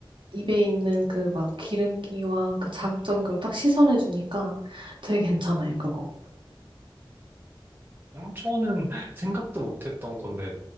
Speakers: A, on the right (about 65°); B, on the right (about 20°).
A: 입에 있는 그 막 기름기와 그 자극적인 걸 딱 씻어내 주니까 되게 괜찮아요, 그거.
B: 홍초는 생각도 못했던 건데